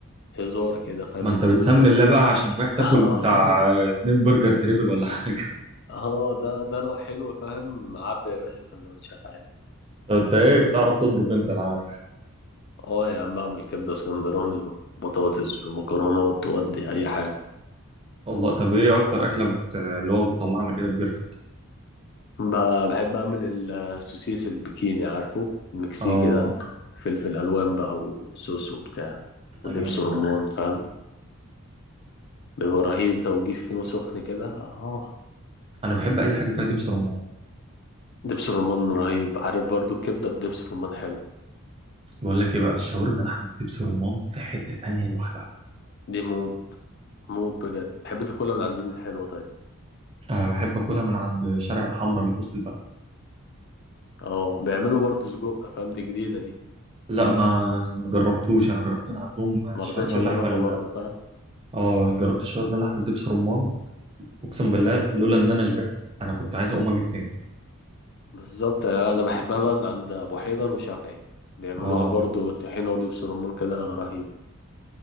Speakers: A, on the left; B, on the right.
A: هزار كده فاهم
B: ما
A: بتدوق
B: انت بتسمي
A: بس
B: الله بقى عشان رايح تاكل
A: اه
B: بتاع
A: <laughs>
B: اتنين برجر تريبل ولا حاجه
A: اه ده ده لو حلو فاهم عبي يا باشا سندوتشات عادي
B: <laughs> طب انت ايه بتعرف تطبخ انت انا عارف
A: اه يا عم بعمل كبدة اسكندراني وبطاطس ومكرونات وأدي أي حاجة
B: والله طب ايه اكتر اكله بت... اللي هو بتطلع من ايدك بيرفكت
A: ب- بحب أعمل ال- السوسيس البكيني عارفه المكسيكي
B: اه
A: ده فلفل ألوان بقى وصوص وبتاع
B: ده
A: ودبس
B: جامد
A: رمان
B: ده
A: فاهم بيبقى رهيب ده وتجيب فينو سخن كده اه
B: انا بحب اي حاجه فيها دبس رمان
A: دبس رمان رهيب عارف برضو الكبدة بدبس رمان حلو
B: بقول لك ايه بقى الشاورما لحمه دبس رمان في حته تانية لوحدها
A: دي موت موت بجد بحب تاكلها من عند مين حلوة طيب
B: أه بحب اكلها من عند شارع الحمراء اللي في وسط البلد
A: اه بيعملوا برضو سجق فاهم دي جديدة دي
B: لا ما ما جربتوش انا جربت من عندهم
A: مرضتش
B: شاورما اللحمه
A: أجربها
B: ال-
A: برضو فاهم
B: اه جربت الشاورما اللحمه دبس رمان اقسم بالله لولا ان انا شبعت انا كنت عايز اقوم اجيب تاني
A: بالظبط انا أنا بحبها بقى من عند ابو حيدر وشافعي بيعملوها
B: اه
A: برضو طحينة ودبس رمان كده رهيبة